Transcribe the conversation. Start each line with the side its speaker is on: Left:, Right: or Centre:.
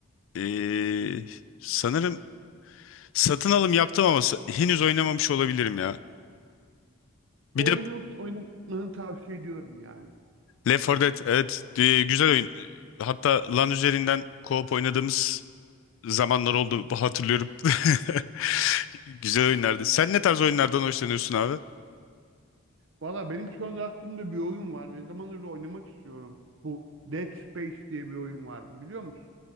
Left: ee, sanırım satın alım yaptım ama sa- henüz oynamamış olabilirim ya.
Right: O
Left: Bir de
Right: oyunu oynamanı tavsiye ediyorum yani.
Left: Left 4 Dead evet e, güzel oyun. Hatta LAN üzerinden co-op oynadığımız zamanlar oldu bu hatırlıyorum. <laughs> Güzel oyunlardı. Sen ne tarz oyunlardan hoşlanıyorsun abi?
Right: Valla benim şu anda aklımda bir oyun var. Ne zamandır da oynamak istiyorum. Bu Dead Space diye bir oyun vardı biliyor musun?